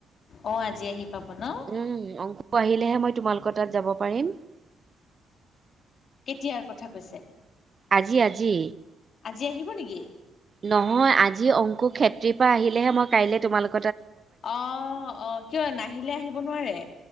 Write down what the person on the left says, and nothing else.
অ আজি আহি পাব ন
কেতিয়াৰ কথা কৈছে
আজি আহিব নেকি
অ অ কিয় নাহিলে আহিব নোৱাৰে